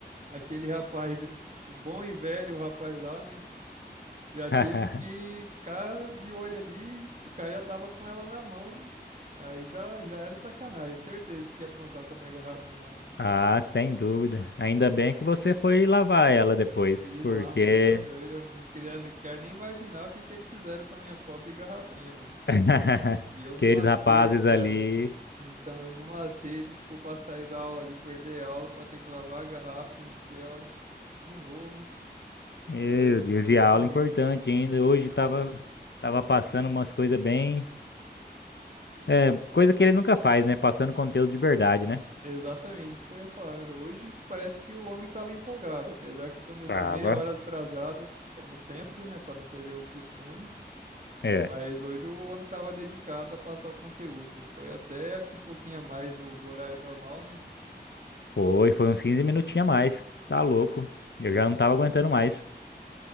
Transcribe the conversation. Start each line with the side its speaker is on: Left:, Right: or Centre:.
Right: aquele rapaz, de, s- o bom e velho rapaz lá, né? Já tive
Left: <laughs>
Right: que ficar de olho ali, os caras já tava com ela na mão, aí já, já era sacanagem, certeza que ia aprontar com a minha garrafinha lá, mano.
Left: Ah, sem dúvida. Ainda
Right: Aí,
Left: bem que você foi lavar ela depois,
Right: e
Left: porque
Right: não, você tá doido, eu não queria, quero nem imaginar o que que eles fizeram com a minha pobre garrafinha, mano.
Left: <laughs>
Right: E eu numa
Left: Aqueles rapazes
Right: sede, cara.
Left: ali,
Right: Então, eu numa sede, tipo, pra sair da aula ali, perder a aula, pra ter que lavar a garrafa, encher ela de novo.
Left: meu
Right: É,
Left: Deus,
Right: foi
Left: e
Right: corrido.
Left: a aula importante ainda.
Right: Sim,
Left: Hoje
Right: aula
Left: tava,
Right: importante.
Left: tava passando umas coisas bem. É, coisa que ele nunca faz, né? Passando conteúdo de verdade, né?
Right: Exatamente, isso que eu ia falar. Hoje parece que o homem estava empolgado, apesar que começou
Left: Tava.
Right: meia hora atrasado, como sempre, né, para não perder o costume.
Left: É,
Right: Mas hoje o homem estava dedicado a passar o conteúdo. Foi até, acho que um pouquinho a mais do, do horário normal, né?
Left: foi, foi uns quinze minutinhos a mais. Tá louco. Eu já não tava aguentando mais.